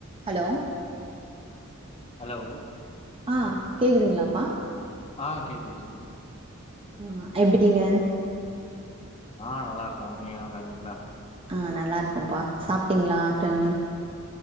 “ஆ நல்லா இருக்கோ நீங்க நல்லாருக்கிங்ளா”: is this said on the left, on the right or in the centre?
Left